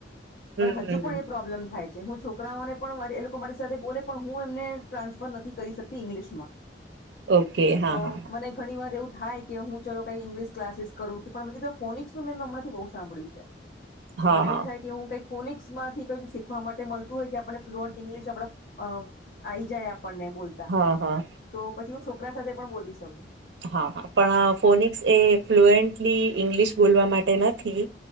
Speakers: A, on the right; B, on the left.
A: હમ
B: મને હજુ
A: હમ
B: પણ એ પ્રોબ્લેમ થાય છે હું છોક છોકરાઓને પણ મા એ લોકો મારી સાથે બોલે પણ હું એમને ટ્રાન્સફર નથી કરી શકતી ઇંગ્લિશ માં.
A: ઓકે હા
B: તો
A: હા
B: મને ઘણી વાર એવું હા કે હું ચલો કઈક ઇંગ્લિશ ક્લાસીસ કરું કે પણ મે કીધ ફોનિકસ મે હમણાંથી બહુ સાંભળ્યું છે. તો
A: હા
B: મને
A: હા
B: એવું થ કે હું કઈક ફોનિકસ માંથી કઈ શીખવા માટે મળતું હોય કે આપણે ફ્લુઅન્ટ ઇંગ્લિશ આપડા અ આવી જાય આપણને બોલતા,
A: હા હા
B: તો પછી હું છોકરા સાથે પણ બોલી શકું.
A: હા હા પણ ફોનિક્સ એ ફ્લુએન્ટલી ઇંગ્લિશ બોલવા માટે નથી.